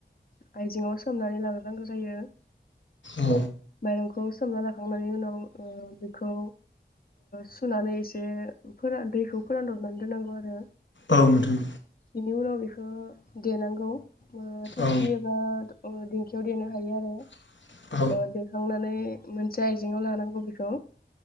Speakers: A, on the left; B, on the left.
A: आइजङाव सोमनानै लाग्रोनांगौ जायो
B: औ
A: माइरंखौ सोमना लाखांनानै उनाव बेखौ सुनानै एसे फोरान दैखौ फोरानदबनानै दोननांगौ आरो
B: औ मोथां
A: बेनि उनाव बेखौ देनांगौ थबसि
B: औ
A: एबा दिंखियाव देनो हायो आरो
B: <unintelligible>
A: देखांनानै मोनसे आइजेंआव लानांगौ बेखौ